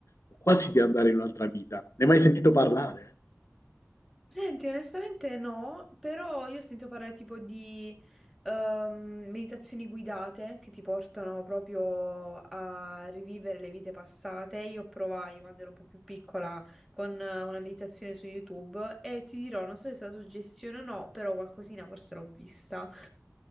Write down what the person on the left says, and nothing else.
o quasi di andare in un'altra vita. Ne hai mai sentito parlare?